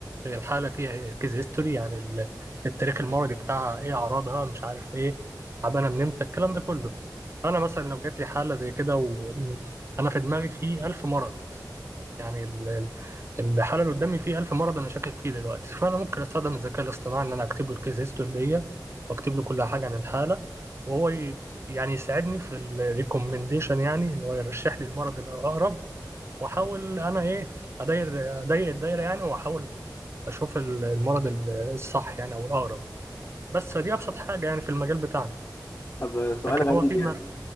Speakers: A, on the right (about 35°); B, on the left (about 35°).
A: الحالة فيها كيز هيستوري يعني ال- التاريخ المرضي بتاعها إيه أعراضها مش عارف إيه تعبانة من إمتى الكلام ده كله أنا مثلا لو جات لي حالة زي كده وأنا في دماغي فيه ألف مرض يعني ال- ال- الحالة اللي قدامي فيه 1000 مرض أنا شاكك فيه دلوقتي فأنا ممكن أستخدم الذكاء الاصطناعي إن أنا أكتب له الكيس هيستوري دي وأكتب له كل حاجة عن الحالة وهو ي- يعني يساعدني في الريكومنديشن يعني إن هو يرشح لي المرض الأقرب وأحاول أنا إيه أداير أضيق الدايرة يعني وأحاول أشوف ال- المرض ال- الصح يعني أو الأقرب بس دي أبسط حاجة يعني في المجال بتاعنا
B: طب آه، سؤال
A: لكن
B: غريب
A: هو فيما
B: يعني